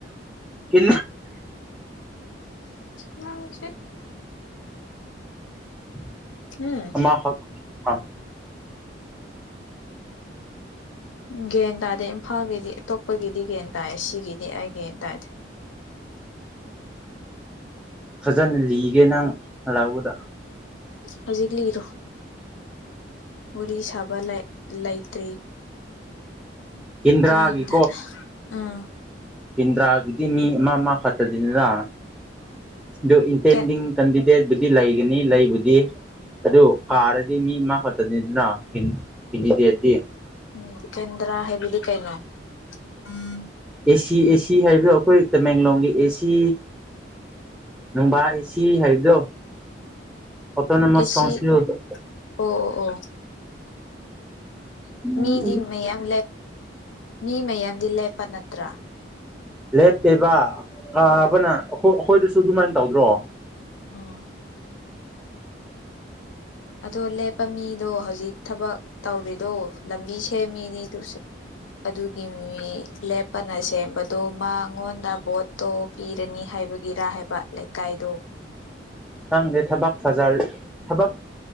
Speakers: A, in the centre; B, on the left.
A: ꯀ
B: ꯅꯁꯦ
A: <inaudible>
B: ꯎꯝ ꯒ꯭ꯟ ꯇꯥꯗꯦ ꯏꯝꯐꯥꯜꯒꯤꯗꯤ ꯑꯇꯣꯞꯄꯒꯤꯗꯤ ꯒ꯭ꯟ ꯇꯥꯏꯌꯦ ꯁꯤꯒꯤꯗꯤ ꯑꯩ ꯒꯦꯟ ꯇꯥꯏꯖꯦ
A: ꯐꯖꯅ ꯂꯤꯒꯦ ꯅꯪ ꯑꯂꯥꯎꯕꯗ
B: ꯍꯧꯖꯤꯛ ꯂꯩꯔꯣ ꯋꯥꯔꯤ ꯁꯥꯕ ꯂꯩꯇ꯭ꯔꯤ
A: ꯀꯦꯟꯗ꯭ꯔꯥꯒꯤꯀꯣ
B: ꯀꯗꯦ ꯎꯝ
A: ꯀꯦꯟꯗ꯭ꯔꯥꯒꯤꯗꯤ ꯃꯤ ꯑꯃ ꯑꯃ ꯈꯛꯇꯗꯅꯤꯅ ꯑꯗꯨ ꯏꯟꯇꯦꯟꯗꯤꯡ
B: ꯀꯦ
A: ꯀꯦꯟꯗꯤꯗꯦꯠꯕꯨꯗꯤ ꯂꯩꯒꯅꯤ ꯂꯩꯕꯨꯗꯤ ꯑꯗꯨ ꯀꯥꯔꯗꯤ ꯃꯤ ꯃꯥ ꯈꯛꯇꯅꯤꯗꯅ ꯀꯤꯟꯈꯤꯗꯦꯗꯤ
B: ꯎꯝ ꯀꯦꯟꯗ꯭ꯔꯥ ꯍꯥꯏꯕꯗꯤ ꯀꯩꯅꯣ ꯎꯝ
A: ꯑꯦꯁꯤ ꯑꯦꯁꯤ ꯍꯥꯏꯔꯤꯕ ꯑꯩꯈꯣꯏ ꯇꯃꯦꯡꯂꯣꯡꯒꯤ ꯑꯦꯁꯤ ꯅꯨꯡꯕꯥ ꯑꯦꯁꯤ ꯍꯥꯏꯕꯗꯣ ꯑꯣꯇꯣꯅꯣꯃꯁ
B: ꯑꯦꯁꯤ
A: ꯀꯥꯎꯟꯁꯤꯜꯗ
B: ꯑꯣ ꯑꯣ ꯑꯣ
A: ꯎꯝ
B: ꯃꯤꯗꯤ ꯃꯌꯥꯝ ꯃꯤ ꯃꯌꯥꯝꯗꯤ ꯂꯦꯞꯄ ꯅꯠꯇ꯭ꯔꯥ
A: ꯂꯦꯞꯄꯦꯕ ꯑꯥꯕꯅ
B: ꯑꯥ
A: ꯑꯩꯣꯏ ꯑꯩꯈꯣꯏꯗꯁꯨ ꯑꯗꯨꯃꯥꯏꯅ ꯇꯧꯗ꯭ꯔꯣ
B: ꯑ ꯑꯗꯣ ꯂꯦꯞꯄ ꯃꯤꯗꯣ ꯍꯧꯖꯤꯛ ꯊꯕꯛ ꯇꯧꯔꯤꯗꯣ ꯂꯝꯕꯤ ꯁꯦꯝꯃꯤꯅꯤꯗꯨꯁꯨ ꯑꯗꯨꯒꯤ ꯃꯤ ꯂꯦꯞꯄꯅ ꯁꯦꯝꯕꯗꯣ ꯃꯉꯣꯟꯗ ꯚꯣꯠꯇꯣ ꯄꯤꯔꯅꯤ ꯍꯥꯏ ꯕꯒꯤꯔꯥ ꯍꯥꯏꯕ ꯂꯩꯀꯥꯏꯗꯣ
A: ꯈꯪꯗꯦ ꯊꯕꯛ ꯐꯖ ꯊꯕꯛ